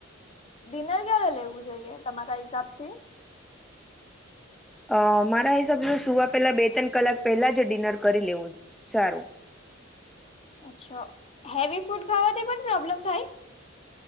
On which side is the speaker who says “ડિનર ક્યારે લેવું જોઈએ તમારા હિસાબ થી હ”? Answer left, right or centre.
Left